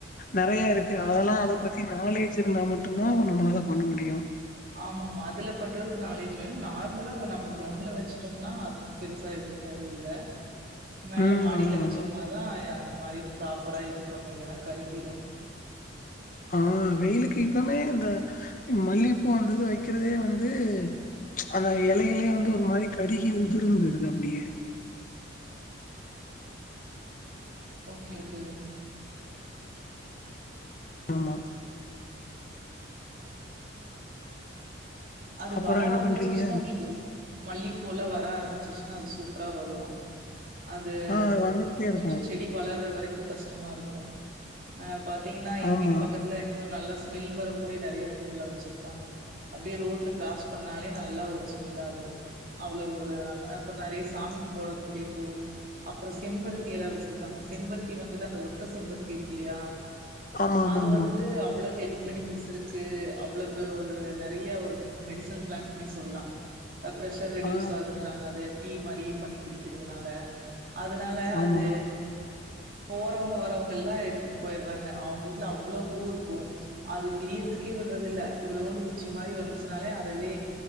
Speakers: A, on the left; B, on the right.
A: நெறைய இருக்கு
B: ஆ
A: அதெல்லா
B: ஓகே
A: அத
B: ஓகே
A: பத்தி நாலேஜ் இருந்தா மட்டுந்தா நம்மளால பண்ண முடியு
B: ஆமா ஆமா அதுல பண்றதுக்கு நாலேஜி வேணு நார்மலா நம்ம கிரௌண்ட்ல வச்சிட்டோம்னா அது பெருசா எதும் தேவயில்ல மேல
A: ம்
B: மாடில்ல
A: ஆமா
B: வச்சோம்னாதா
A: ஆமா
B: அந்த மாரி ப்ராப்பரா இது பண்ணுது எனா கருகீரு
A: ஆ வெயிலுக்கு இப்பவுமே இந்த மல்லிப்பூ வந்துது வைக்கிறதே வந்து அந்த எலை எலையா அந்து ஒரு மாரி கருகி உதுர்ந்துது அப்டியே
B: ஓக்கே ஓக்கே
A: ஆம்மா
B: அது
A: அப்பறோ
B: வர
A: என்ன
B: ஆரம்பிச்சிருச்சின்னா
A: பண்றீங்க
B: உங்களுக்கு மல்லிகப்பூலா வர ஆரம்பிச்சிருச்சின்னா அது சூப்பரா வரும் அது
A: ஆ அது வந்துகிட்டே இருக்கு
B: கொஞ்ச செடி வளற வரைக்கு கஷ்டமா இருக்கும் ஆ பாத் தீங்கன்னா எங்
A: ஆமா
B: வீட்டுக் பக்கத்துல இன்னு நல்ல ஸ்மெல் வரக்கூடிய நறைய பூவ்ல்லா வச்சிருப்பாங்க அப்டே ரோட் ரோட்ல க்ராஸ் பண்ணாலே நல்லா ஒரு ஸ்மெல்லாருக்கு அவ்வளவு ஒரு நல் அப்பற நறைய சாமிக் போடக்கூடிய பூ அப்புற செம்பருத்தி எல வச்சிருக்காங்க செம்பருத்தி வந்துட்டு அந்த ஒத்த செம்பருத்தி இருக்கு இல்லையா
A: ஆமா ஆமா
B: அது
A: ஆமா
B: வந்துட்டு அவ்வள ஹெல் பெனிஃபிட்ஸ் இருக்கு அவ்வளவு ஒரு நெறைய ஒரு மெடிஸனல் ப்ளான்ட்னே சொல்லா ஆ பிரஷர் ரெடியூஸ்
A: ஆ
B: ஆகுதுங்கறாங்க அது டீ மாரி பண்ணி குடிக்கிறதுனால அதுனால
A: ஆமா
B: அது போறவுங்க வரவுங்கல்லா எடுத்துட்டு பொயிர்றாங்க அவுங்க வீட்ல அவ்ளோ பூ இருக்கூ அது விரியருதுக்கே விடுறதில்ல இவ்ளோண்டு குச்சி மாரி வந்துச் த்துனாலே அதவே